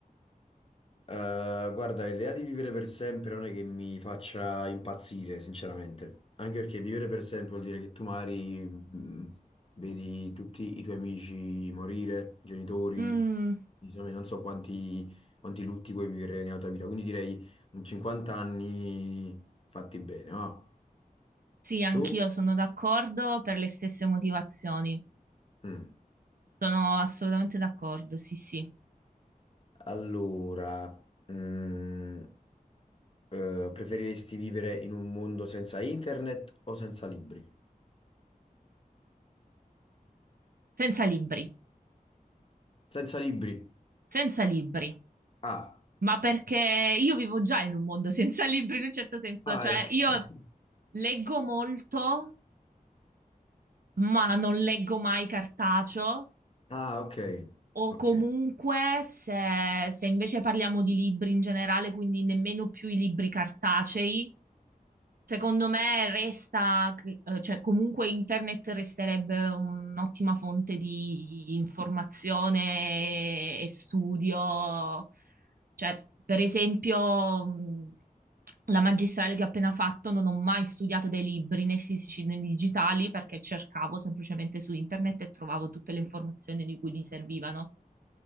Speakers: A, on the left (about 40°); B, on the right (about 75°).
A: Eh, guarda, l'idea di vivere per sempre non è che mi faccia impazzire, sinceramente. Anche perché vivere per sempre vuol dire che tu magari mh, vedi tutti i tuoi amici morire, genitori,
B: Mm,
A: insomma, non so quanti, quanti lutti puoi vivere nella tua vita. Quindi direi un 50 anni fatti bene, no?
B: Sì, anch'io
A: Tu?
B: sono d'accordo per le stesse motivazioni.
A: Mm.
B: Sono assolutamente d'accordo, sì, sì.
A: Allora, mm, Eh, preferiresti vivere in un mondo senza internet o senza libri?
B: Senza libri,
A: Senza libri.
B: senza libri.
A: Ah,
B: Ma perché io vivo già in un mondo senza libri in un certo senso,
A: ah,
B: cioè
A: ecco.
B: io
A: <laughs>
B: leggo molto, ma non leggo mai cartaceo,
A: Ah, ok.
B: o
A: Ok.
B: comunque
A: Eh,
B: se, se invece parliamo di libri in generale, quindi nemmeno più i libri cartacei, Secondo me resta, eh, cioè comunque internet resterebbe un'ottima fonte di informazione e studio. Cioè, per esempio, mh, la magistrale che ho appena fatto non ho mai studiato dei libri né fisici né digitali perché cercavo semplicemente su internet e trovavo tutte le informazioni di cui mi servivano.